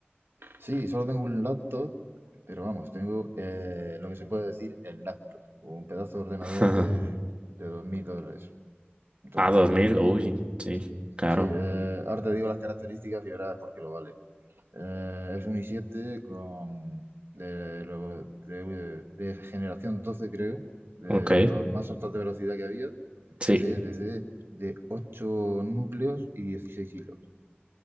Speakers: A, on the right (about 70°); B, on the right (about 30°).
A: Sí, solo tengo un laptop, pero vamos, tengo eh, lo que se puede decir el laptop, o un pedazo de ordenador
B: <laughs>
A: de, de 2.000 dólares. Entonces,
B: A dos mil uy, sí, caro.
A: sí, eh, ahora te digo las características y verás por qué lo vale. Eh, es un i7 con de, lo- de- de generación 12 creo, de
B: Ok,
A: los más altos de velocidad que había,
B: sí,
A: de, desde de, 8 núcleos y 16 hilos.